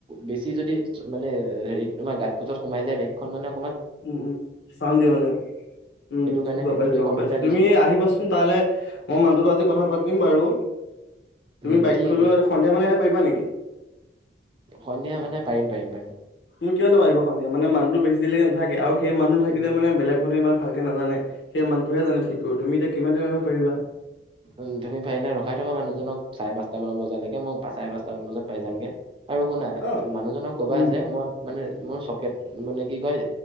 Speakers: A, on the right; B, on the left.
A: বেছি যদি মানে, হেৰিত তোমাৰ গাত কোছত সোমাই যায় বাইকখন মানে অকণমান
B: উম উম, চাউণ্ড দিয়ে মানে উম
A: সেইটো কাৰণে
B: গম
A: সেইটো
B: পাইছোঁ,
A: দেখুৱাম
B: গম পাইছোঁ,
A: বুলি ভাবিছিলো
B: তুমি আহিবাচোঁন। তালে মই মানহটোৰ লগত আজি কথা পাতিম বাৰু, তুমি
A: উম
B: বাইকখন
A: ঠিক আছে
B: লৈ সন্ধিয়ামানে আহিব পাৰিবা নেকি?
A: সন্ধিয়া মানে পাৰিম পাৰিম পাৰিম।
B: তুমি কিয় নোৱাৰিবা সন্ধ্যা, মানে মানুহটো বেছি দেৰিলৈকে নাথাকে, আৰু সেই মানুহটো
A: পাৰিম।
B: থাকিলে মানে বেলেগ কোনেও ইমান ভালকে নাজানে সেই মানুহটোৱেহে জানে ঠিক কৰিব, তুমি এতিয়া কিমান টাইমত আহিব পাৰিবা।
A: উম, তুমি পাৰিলে ৰখাই থবা মানুহজনক চাৰে পাঁচটা মান বজালৈকে মই চাৰে পাঁচটা মান বজাত পাই যামগে, আৰু শুনা
B: অ'।
A: মানুহজনক কবা
B: উম,
A: যে মই মানে মোৰ চকেট মানে কি কয়,